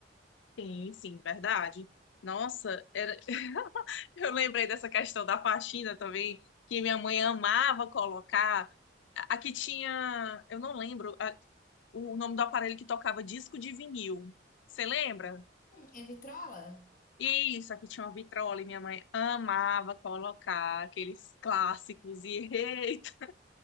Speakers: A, on the left; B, on the left.
A: Sim, sim, verdade. Nossa, era... <laughs> eu lembrei dessa questão da faxina também, que minha mãe amava colocar. A a que tinha, eu não lembro a- o nome do aparelho que tocava disco de vinil. Você lembra?
B: e me trola.
A: Isso, aqui tinha uma vitrola e minha mãe amava colocar aqueles clássicos e <laughs> eita,